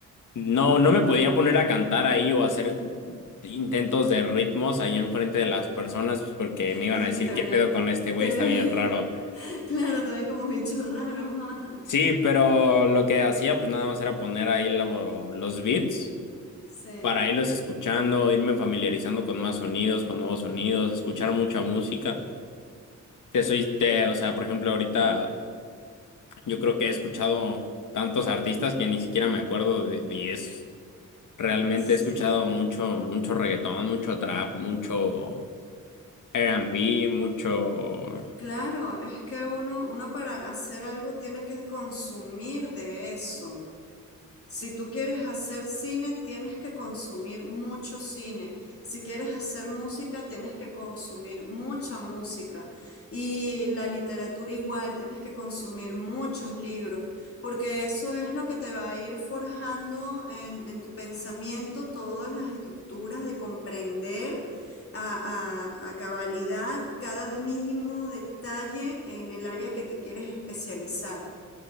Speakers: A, on the left; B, on the left.
A: no, no me podía poner a cantar ahí o hacer intentos de ritmos ahí enfrente de las personas, pues, porque
B: <laughs>
A: me iban a decir,
B: Te
A: ¿qué
B: ve,
A: pedo con este güey?
B: te ve.
A: Está bien
B: <laughs>
A: raro.
B: Claro, te ven como bicho raro. <laughs>
A: Sí, pero lo que hacía pues nada más era poner ahí lo- los beats
B: Sí,
A: para irlos escuchando, irme familiarizando con más sonidos, con nuevos sonidos, escuchar mucha música. Te soy, te, o sea, por ejemplo, ahorita yo creo que he escuchado tantos artistas que ni siquiera me acuerdo de diez. Realmente
B: sí. sí.
A: he escuchado mucho, mucho reggaetón, mucho trap, mucho R&B, mucho...
B: Claro, es que uno, uno para hacer algo tiene que consumir de eso. Si tú quieres hacer cine, tienes que consumir mucho cine. Si quieres hacer música, tienes que consumir mucha música. Y la literatura igual, tienes que consumir muchos libros, porque eso es lo que te va a ir forjando en, en tu pensamiento todas las estructuras de comprender a, a a cabalidad cada mínimo detalle en el área que te quieres especializar.